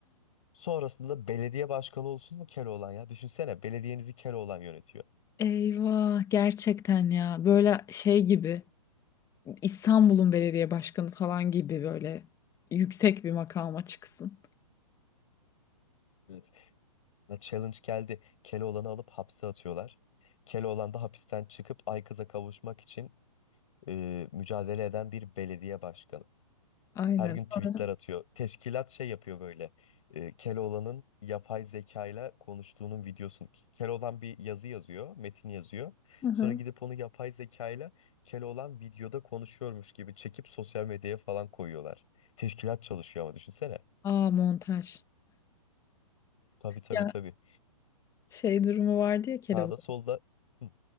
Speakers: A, on the left; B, on the left.
A: Sonrasında belediye başkanı olsun mu Keloğlan ya? Düşünsene belediyenizi Keloğlan yönetiyor.
B: Eyvah gerçekten ya böyle şey gibi İstanbul'un belediye başkanı falan gibi böyle yüksek bir makama çıksın.
A: Evet. Ya Challenge geldi. Keloğlan'ı alıp hapse atıyorlar. Keloğlan da hapisten çıkıp Aykız'a kavuşmak için e, mücadele eden bir belediye başkanı.
B: Aynen.
A: Her gün tweetler
B: Sonra.
A: atıyor. Teşkilat şey yapıyor böyle. E, Keloğlan'ın yapay zekayla konuştuğunun videosunu. Keloğlan bir yazı yazıyor, metin yazıyor.
B: Hı hı.
A: Sonra gidip onu yapay zekayla Keloğlan videoda konuşuyormuş gibi çekip sosyal medyaya falan koyuyorlar. Teşkilat çalışıyor ama düşünsene.
B: Aa montaj.
A: Tabii tabii
B: Ya
A: tabii.
B: şey durumu vardı ya Keloğlan.
A: Sağda solda Hı,